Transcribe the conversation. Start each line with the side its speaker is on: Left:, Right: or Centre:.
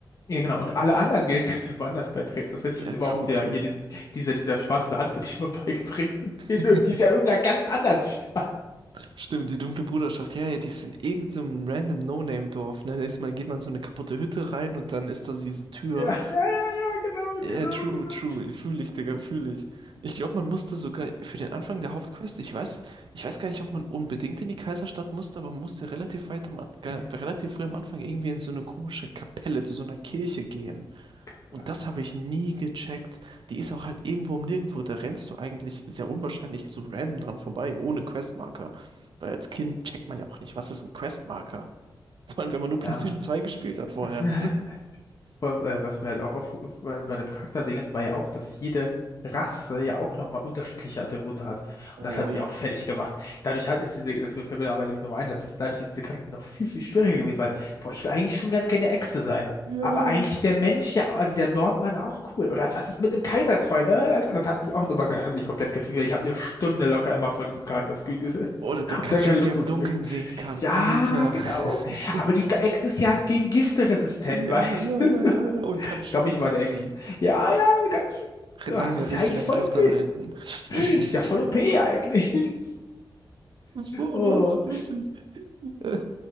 Left: Ja, genau. Und alle anderen Gilden <laughs> kannst du woanders beitreten. Das heißt,
Right: Ja,
Left: ich bin immer
Right: true,
Left: auch der,
Right: true.
Left: hier, die, dieser, dieser schwarze Hand bin ich immer <laughs> beigetreten.
Right: <laughs>
Left: In, die ist ja in irgendeiner ganz anderen Stadt.
Right: Stimmt, die dunkle Bruderschaft. Ja, ja, die ist in irgendeinem random No-Name-Dorf. Ne? Da ist man, geht man in so eine kaputte Hütte rein und dann ist da diese Tür.
Left: Ja, ja, ja, ja, genau,
Right: Ja,
Left: genau,
Right: true,
Left: genau.
Right: true. Fühle ich, Digga, fühle ich. Ich glaube, man musste sogar für den Anfang der Hauptquest, ich weiß, ich weiß gar nicht, ob man unbedingt in die Kaiserstadt musste, aber man musste relativ weit am, An- ge-
Left: Hm,
Right: relativ früh am Anfang irgendwie in so eine komische Kapelle, zu so einer Kirche gehen.
Left: kann
Right: Und
Left: sein,
Right: das habe ich nie gecheckt. Die ist auch halt irgendwo um Nirgendwo. Da rennst du eigentlich sehr unwahrscheinlich so random dran vorbei, ohne Questmarker. Weil als Kind checkt man ja auch nicht, was ist ein Questmarker? <laughs> Vor allem, wenn man nur PlayStation
Left: Ja.
Right: 2 gespielt hat vorher.
Left: Ja. <laughs>
Right: <laughs>
Left: Vor allem, äh, was mir halt auch auf, auf- bei, bei dem Charakterdingens war ja auch, dass jede Rasse ja auch nochmal unterschiedliche Attribute hat.
Right: Oh
Left: Und das hat
Right: ja.
Left: mich auch fertig gemacht. Dadurch halt ist diese, das fällt mir dabei nämlich nochmal ein, dass es dadurch ist diese Karte noch viel, viel schwieriger gewesen, weil, boah, ich will eigentlich schon ganz gerne Echse sein.
Right: Ja,
Left: Aber eigentlich ist der Mensch ja, also der Nordmann auch cool. Oder was ist mit dem Kaisertreu? Ne? Also das hat mich auch nochmal, hat mich komplett gefühlt. Ich habe eine Stunde locker immer vor diesem Charakter-Screen gesessen.
Right: Oder der
Left: <laughs>
Right: Khajiit,
Left: Und dann keine Lust
Right: der im
Left: mehr aufs
Right: Dunkeln
Left: Spiel.
Right: sehen kann.
Left: Ja,
Right: Alter.
Left: genau.
Right: <laughs>
Left: Aber die Echse ist ja gegen Gifte resistent,
Right: Ja,
Left: <laughs> weißt
Right: ja,
Left: du?
Right: ja, ja, ja. Und kann schwimmen
Left: Ich glaube, ich war
Right: irgendwie.
Left: der Ex. Ja, ja, ganz schön. Oh,
Right: Lange,
Left: Das ist
Right: richtig
Left: ja eigentlich
Right: lange
Left: voll
Right: die Luft
Left: OP.
Right: anhalten. <laughs>
Left: Ist ja voll OP eigentlich. <laughs>
Right: so
Left: Oh,
Right: los, wirklich. Äh,